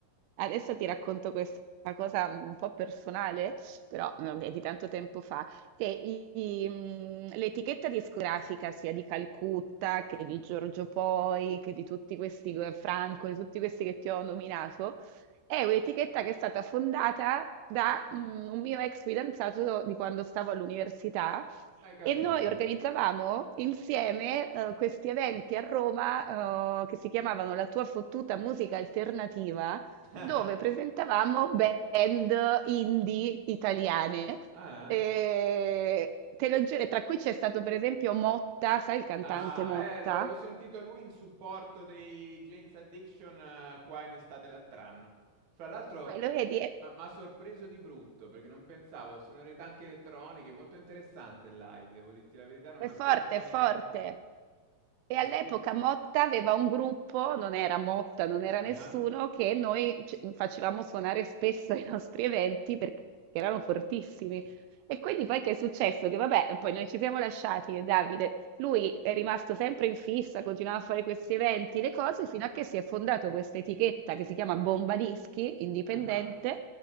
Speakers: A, on the right; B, on the right.
A: adesso ti racconto questa cosa un po' personale, però eh, vabbè, di tanto tempo fa, che i- i, mm, l'etichetta discografica sia di Calcutta che di Giorgio Poi, che di tutti questi, eh, Franco, di tutti questi che ti ho nominato, è un'etichetta che è stata fondata da mm, un mio ex fidanzato di quando stavo all'università.
B: Hai capito?
A: E noi organizzavamo insieme eh, questi eventi a Roma eh, che si chiamavano La tua fottuta musica alternativa,
B: <laughs>
A: dove presentavamo band indie italiane.
B: Ah?
A: E te lo giuro, tra cui c'è stato per esempio Motta, sai il cantante
B: Ah,
A: Motta?
B: eh, l'ho l'ho sentito lui in supporto dei Jane's Addiction eh, qua in estate l'altro anno. Fra l'altro,
A: Eh, Lo vedi?
B: mi
A: È
B: ha sorpreso di brutto perché non pensavo, sonorità anche elettroniche, molto interessante il live, devo dirti la verità, non
A: è
B: mi aspettavo
A: forte, è
B: niente.
A: forte. E
B: Ha
A: all'epoca
B: spinto.
A: Motta aveva un gruppo, non era Motta, non era
B: Ah,
A: nessuno, che noi ci- facevamo suonare spesso ai nostri eventi perché erano fortissimi. E quindi poi che è successo? Che vabbè, poi noi ci siamo lasciati, e Davide, lui è rimasto sempre in fissa, continuava a fare questi eventi, le cose, fino a che si è fondato questa etichetta che si chiama Bomba Dischi, indipendente,
B: ah, ah.